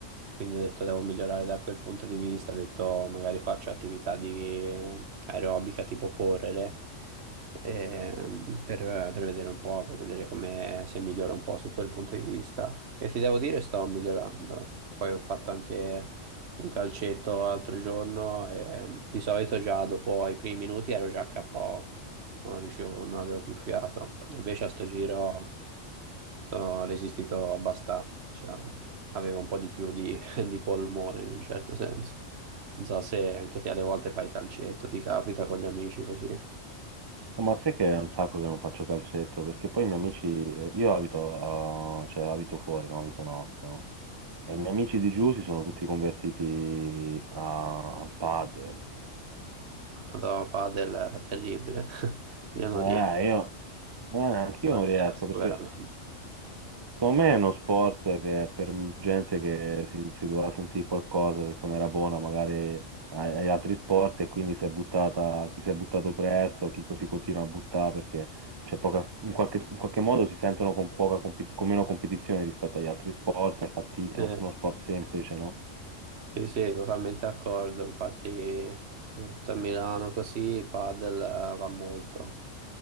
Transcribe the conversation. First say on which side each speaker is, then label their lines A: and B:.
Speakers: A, on the right; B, on the right.
A: quindi ho detto devo migliorare da quel punto di vista, ho detto magari faccio attività di aerobica tipo correre ehm, per, per vedere un po', per vedere come se migliora un po' su quel punto di vista. E ti devo dire, sto migliorando. Poi ho fatto anche un calcetto l'altro giorno e ehm, di solito già dopo i primi minuti ero già KO, non riuscivo, non avevo più fiato. Invece a sto giro ho resistito abbastanza, diciamo. Avevo un po' di più di, <laughs> di polmone in un certo senso. Non so se anche te alle volte fai calcetto, ti capita con gli amici così.
B: No, Ma sai che è un sacco che non faccio calcetto, perché poi i miei amici, eh, io abito, a- cioè, abito fuori, no? Abito no, no. E i miei amici di giù si sono tutti convertiti a- al padel.
A: Madonna, padel è terribile. <laughs> Io non
B: Eh,
A: riesco,
B: io, eh, anch'io
A: non
B: non riesco
A: riesco
B: perché...
A: veramente.
B: Secondo me è uno sport che è per gente che si, si doveva sentire qualcosa perché non era buona magari ai- agli altri sport e quindi si è buttata, chi si è buttato presto, chi si continua a buttare perché c'è poca, in qualche, in qualche modo si sentono con, poca, compi- con meno competizione rispetto agli altri sport, infatti è
A: Eh,
B: un- uno sport semplice, no?
A: Sì, sì, totalmente d'accordo. Infatti, soprattutto a Milano così, padel eh, va molto.